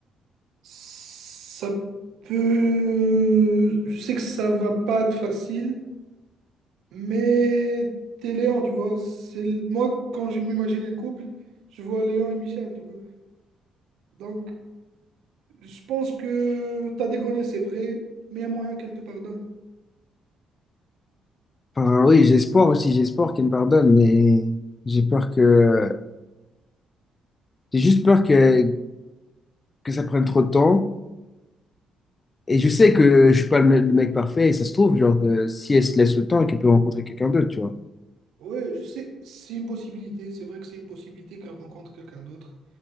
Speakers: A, on the right (about 80°); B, on the left (about 30°).
A: Ça peut... Je sais que ça va pas être facile, mais t'es Léon, tu vois. C'est... le- Moi, quand je m'imagine un couple, je vois Léon et Michel, tu vois. Donc, je pense que ta déconner, c'est vrai, mais il y a moyen qu'elle te pardonne.
B: Enfin, oui, j'ai espoir aussi, j'ai espoir qu'il me pardonne, mais j'ai peur que. J'ai juste peur que, que ça prenne trop de temps. Et je sais que je suis pas le, me- le mec parfait, et ça se trouve, genre, euh, si elle se laisse le temps, qu'elle peut rencontrer quelqu'un d'autre, tu vois.
A: Ouais, je sais, c'est une possibilité. C'est vrai que c'est une possibilité qu'elle rencontre quelqu'un d'autre.